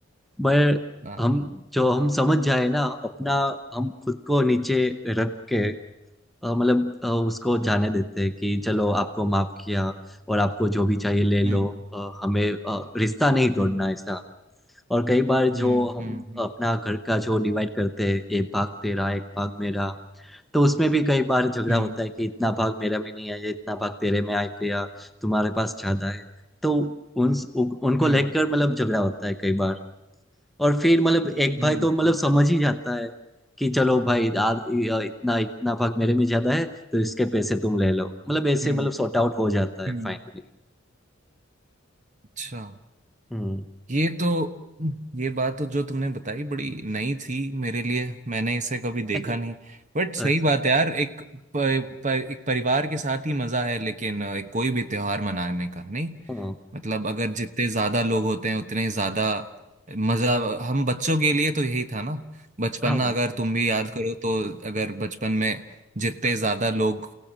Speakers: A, in the centre; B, on the right.
A: पर
B: हाँ,
A: हम जो हम समझ जाए ना अपना हम खुद को नीचे रख के अ, मतलब अ, उसको जाने देते हैं कि चलो आपको माफ किया और आपको जो भी चाहिए ले लो
B: हम्म
A: अ, हमें अ, रिश्ता नहीं
B: हम्म
A: तोड़ना ऐसा और कई बार
B: हम्म
A: जो हम
B: हम्म
A: अपना घर का जो डिवाइड करते हैं एक भाग तेरा एक भाग मेरा तो उसमें भी कई बार झगड़ा
B: हम्म
A: होता है कि इतना भाग मेरा में नहीं आया इतना भाग तेरे में आ गया तुम्हारे पास ज्यादा है तो उन उ, उनको
B: हम्म
A: लेकर मतलब झगड़ा होता है कई बार और फिर मतलब एक
B: हम्म
A: भाई तो मतलब
B: हम्म
A: समझ ही जाता है कि चलो भाई आ, इतना इतना भाग मेरे में ज्यादा है तो इसके पैसे तुम ले लो मतलब ऐसे
B: हम्म,
A: मतलब सॉर्ट आउट हो जाता है
B: हम्म,
A: फाइनली
B: अच्छा
A: हम्म
B: ये तो ये बात तो जो तुमने बताई बड़ी नई थी मेरे लिए मैंने इसे कभी देखा
A: <laughs>
B: नहीं बट सही
A: अच्छा
B: बात है यार एक प, प, एक परिवार के साथ ही मजा है लेकिन अ, एक कोई भी त्योहार मनाने का नहीं
A: हाँ
B: मतलब अगर जितने ज्यादा लोग होते हैं उतने ज्यादा मजा हम बच्चों के लिए तो यही था ना बचपना
A: हाँ वो
B: अगर
A: तो
B: तुम
A: है।
B: भी याद करो तो अगर बचपन में जितने ज्यादा लोग